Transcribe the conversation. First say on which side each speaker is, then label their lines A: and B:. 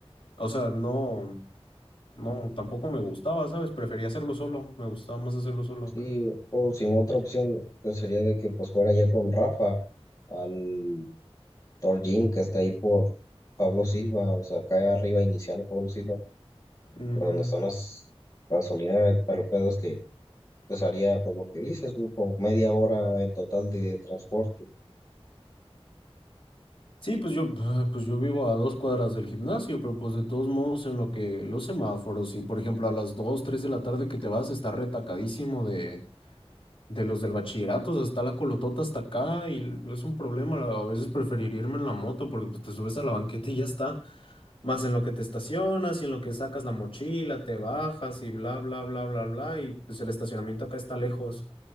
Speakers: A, on the left; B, on the left.
A: o sea, no. No, tampoco me gustaba, ¿sabes? Prefería hacerlo solo, me gustaba más hacerlo solo.
B: Sí, o si no, otra opción pues sería de que pues fuera ya con Rafa al Thor Gym que está ahí por Pablo Silva, o sea, acá arriba iniciando Pablo Silva,
A: Ujú.
B: por donde están las gasolineras, pero el pedo es que pues haría pues lo que dices, güey, como media hora en total de transporte.
A: Sí, pues yo, <laughs> <sighs> pues yo vivo a dos cuadras del gimnasio, pero pues de todos modos en lo que los semáforos y por ejemplo a las dos 3 de la tarde que te vas está retacadísimo de, de los del bachillerato, o sea, está la colotota hasta acá y l- es un problema, la- a veces preferir irme en la moto porque pues te subes a la banqueta y ya está, más en lo que te estacionas y en lo que sacas la mochila, te bajas y bla, bla, bla, bla, bla, y pues el estacionamiento acá está lejos.